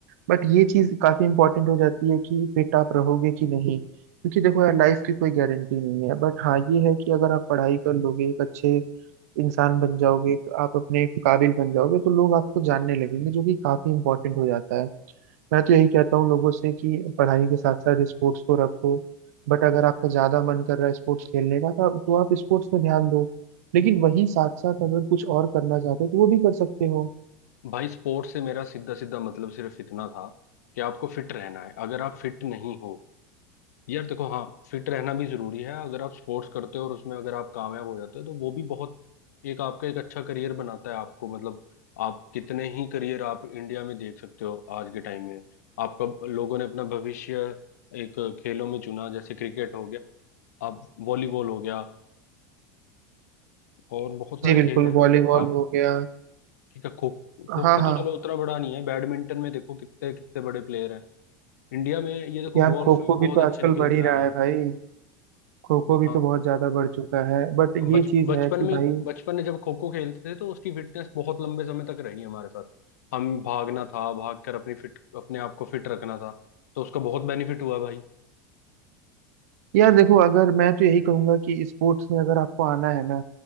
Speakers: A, on the right; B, on the left.
A: बट ये चीज काफी इंपॉर्टेंट हो जाती है कि फिट आप रहोगे कि नहीं क्योंकि देखो यार लाइफ की कोई गारंटी नहीं है बट हाँ ये है कि अगर आप पढ़ाई कर लोगे एक अच्छे इंसान बन जाओगे एक आप अपने काबिल बन जाओगे तो लोग आपको जानने लगेंगे जो कि काफी इंपॉर्टेंट हो जाता है मैं तो यही कहता हूँ लोगों से कि पढ़ाई के साथ साथ स्पोर्ट्स को रखो बट अगर आपका ज्यादा मन कर रहा है स्पोर्ट्स खेलने का तो तो आप स्पोर्ट्स में ध्यान दो लेकिन वहीं साथ साथ अगर कुछ और करना चाहते हो तो वो भी कर सकते हो
B: है भाई स्पोर्ट्स से मेरा सीधा सीधा मतलब सिर्फ इतना था कि आपको फिट रहना है अगर आप फिट नहीं हो यार देखो हाँ फिट रहना भी जरूरी है अगर आप स्पोर्ट्स करते हो और उसमें अगर आप कामयाब हो जाते हो तो वो भी बहुत एक आपका एक अच्छा करियर बनाता है आपको मतलब आप कितने ही करियर आप इंडिया में देख सकते हो आज के टाइम में आपका लोगों ने अपना भविष्य एक खेलों में चुना जैसे क्रिकेट हो गया अब वॉलीबॉल हो गया और बहुत सारे
A: जी बिल्कुल
B: खेल हैं
A: वॉलीबॉल
B: आप
A: हो गया
B: ठीक है खो खो
A: हाँ
B: खो तो
A: हाँ
B: चलो उतना बड़ा नहीं है बैडमिंटन में देखो कितने कितने बड़े प्लेयर हैं इंडिया में ये देखो
A: यार
B: गोल्फ
A: खो
B: में
A: खो
B: भी बहुत
A: भी तो
B: अच्छे
A: आजकल
B: निकल
A: बढ़
B: के
A: ही
B: आ
A: रहा
B: रहे हैं
A: है भाई खो खो भी
B: हाँ,
A: तो बहुत ज्यादा बढ़ चुका है बट ये
B: बच
A: चीज
B: बचपन
A: है कि
B: में
A: भाई
B: बचपन में जब खो खो खेलते थे तो उसकी फिटनेस बहुत लंबे समय तक रही हमारे साथ हम भागना था भाग कर अपनी फिट अपने आप को फिट रखना था तो उसका बहुत बेनिफिट हुआ भाई
A: यार देखो अगर मैं तो यही कहूंगा कि स्पोर्ट्स में अगर आपको आना है ना